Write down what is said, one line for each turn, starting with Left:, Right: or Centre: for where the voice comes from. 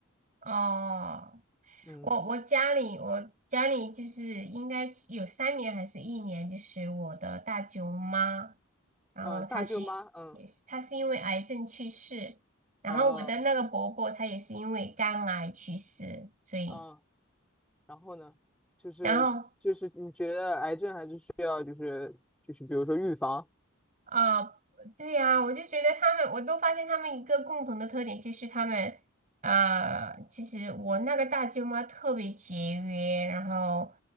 Right: 哦，
Centre: 嗯
Right: 我我家里我家里就是应该有三年还是一年，就是我的大舅妈，然后她是也是她是因为癌症去世，
Centre: 嗯，大舅妈，嗯
Right: 然后我的那个伯伯他也是因为肝癌去世，
Centre: 哦
Right: 所以
Centre: 嗯，然后呢，就是就是你觉得癌症还是需要就是就是比如说预防。
Right: 然后啊，对呀，我就觉得他们，我都发现他们一个共同的特点就是他们啊，其实我那个大舅妈特别节约，然后